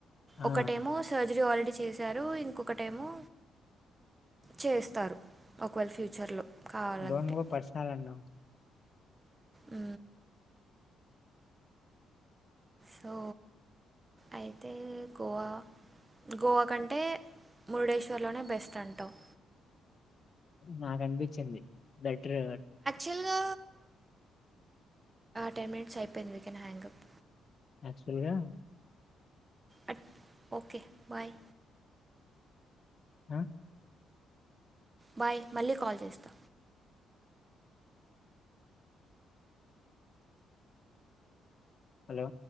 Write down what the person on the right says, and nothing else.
ఒకటేమో సర్జరీ ఆల్రెడీ చేశారు ఇంకొకటీ ఏమో చేస్తారు ఒకవేళ ఫ్యూచర్లో కావాలంటే
అ సో అయితే గోవా గోవా కంటే మురుడేశ్వర్లోనే బెస్ట్ అంటావ్
రచల్గా టెన్ మినిట్స్ అయిపోయింది వికనా హ్యాంగప్
అట్ ఓకే బాయ్
బాయ్ మళ్ళీ కాల్ చేస్తా